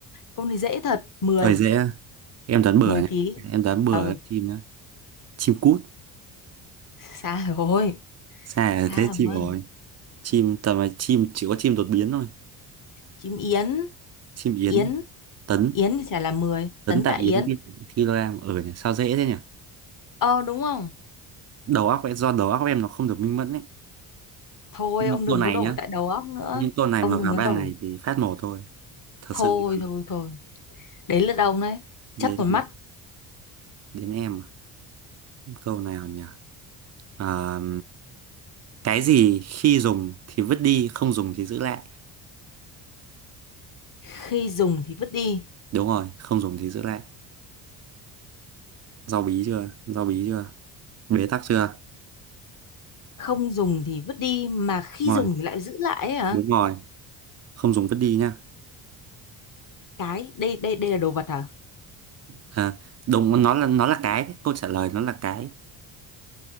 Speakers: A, on the left; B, on the right.
A: con này dễ thật, 10,
B: Câu hỏi dễ. à? Em đoán bừa
A: 10
B: nhé.
A: ký.
B: Em đoán bừa
A: Ừ,
B: là chim nhá. Chim cút.
A: xa rồi,
B: Sai
A: xa
B: là thế chịu
A: rồi.
B: rồi. Chim tầm là chim chỉ có chim đột biến thôi.
A: Chim yến,
B: Chim yến.
A: yến,
B: Tấn.
A: yến thì chả là 10
B: Tấn
A: tấn
B: tại
A: tạ yến.
B: yến ki- kg. Ở nhỉ. Sao dễ thế nhỉ?
A: Ờ đúng không?
B: Đầu óc ấy, do đầu óc em nó không được minh mẫn ấy.
A: Thôi
B: Thế Những
A: ông đừng
B: câu này
A: có đổ
B: nhá.
A: tại đầu óc nữa.
B: Những câu này
A: Ông
B: mà vào
A: đừng có
B: ban
A: đổ.
B: ngày thì phát mổ thôi. Thật
A: Thôi
B: sự luôn.
A: thôi thôi. Đấy là ông đấy.
B: Đến
A: Chấp vào mắt,
B: đến em. à? Câu nào nhỉ? Ờ, cái gì khi dùng thì vứt đi, không dùng thì giữ lại.
A: khi dùng thì vứt đi,
B: Đúng rồi, không dùng thì giữ lại. Rau bí chưa? Rau bí chưa? Bế tắc chưa?
A: không dùng thì vứt đi mà khi
B: Đúng
A: dùng
B: rồi,
A: thì lại giữ lại ấy hả?
B: đúng rồi. Không dùng vứt đi nhá.
A: Cái đây đây đây là đồ vật hả?
B: À, đúng, nó là nó là cái. đấy. Câu trả lời nó là cái.